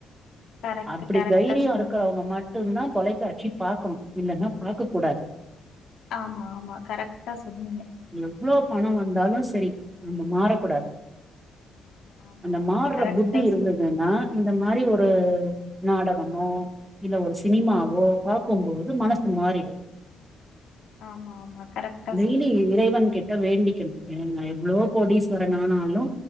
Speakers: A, on the left; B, on the right.
A: கரெக்ட்டு
B: அப்டி
A: கரெக்டா
B: தைரியொ
A: சொன்னீங்க
B: இருக்கறவங்க மட்டுன்தா தொலைக்காட்சி பாக்கணு இல்லன்னா பாக்க கூடாத்
A: ஆமா ஆமா கரக்டா சொன்னீங்க
B: எவ்ளோ பணம் வந்தாலு சரி நம்ம மாறக்கூடாத்
A: ஆமா
B: அந்த
A: ஆமா
B: மார்ற
A: கரெக்டா
B: புத்தி இருந்ததுன்னா
A: சொன்னீங்க
B: இந்த மாரி ஒரு நாடகமோ இல்ல ஒரு சினிமாவோ பாக்கும்பொழுது மனசு மாறிடு
A: ஆமா ஆமா கரெக்டா
B: டெய்லி
A: சொன்னீங்க
B: இறைவன் கிட்ட வேண்டிக்கணு ஏன்னா எவ்ளோ
A: ம்
B: கோடீஸ்வரன் ஆனாலு